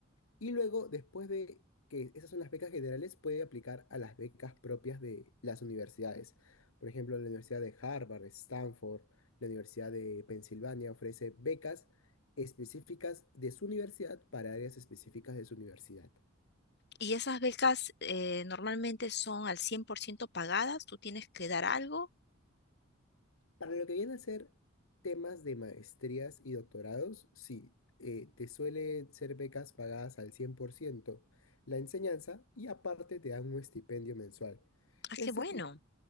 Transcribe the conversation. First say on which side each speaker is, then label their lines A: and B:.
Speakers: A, on the left; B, on the left.
A: Y luego, después de que esas son las becas generales, puede aplicar a las becas propias de las universidades. Por ejemplo, la Universidad de Harvard, Stanford, la Universidad de Pensilvania ofrece becas específicas de su universidad para áreas específicas de su universidad.
B: Y esas becas eh, normalmente son al 100% pagadas, tú tienes que dar algo.
A: Para lo que viene a ser temas de maestrías y doctorados, sí, eh, te suelen ser becas pagadas al 100%, la enseñanza y aparte te dan un estipendio mensual.
B: Ah,
A: Este
B: qué bueno.
A: esti-